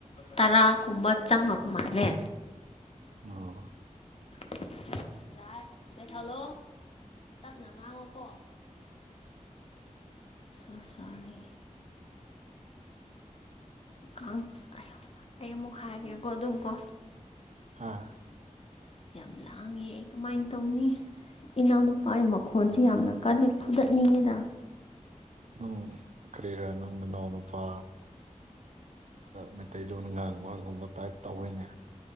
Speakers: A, on the left; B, on the right.
A: ꯇꯔꯥꯒꯨꯝꯕ ꯆꯪꯉꯕ ꯃꯥꯜꯂꯦ
B: ꯑꯣ
A: ꯥꯏ <unintelligible> ꯀꯩ ꯊꯂꯣ ꯇꯞꯅ ꯉꯥꯡꯉꯣꯀꯣ ꯆꯥꯛ ꯆꯔ‌ꯦ ꯀꯥꯡ ꯑꯩ ꯑꯃꯨꯛ ꯍꯥꯏꯔꯒꯦꯀꯣ ꯑꯗꯨꯝ ꯀꯣ
B: ꯍꯥꯥ
A: ꯌꯥꯝ ꯂꯥꯡꯉꯦ ꯑꯩ ꯀꯃꯥꯏꯅ ꯇꯧꯅꯤ ꯏꯅꯥꯎꯅꯨꯄꯥꯒꯤ ꯃꯈꯣꯟꯁꯤ ꯌꯥꯝꯅ ꯀꯜꯂꯤ ꯐꯨꯗꯠꯅꯤꯡꯉꯤꯗ
B: ꯅꯪ ꯀꯔꯤꯔꯥ ꯅꯪ ꯅꯅꯥꯎ ꯅꯨꯄꯥ ꯃꯩꯇꯩꯂꯣꯟ ꯉꯥꯡꯕ ꯉꯨꯝꯕ ꯇꯥꯏꯞ ꯇꯧꯋꯩꯅꯦ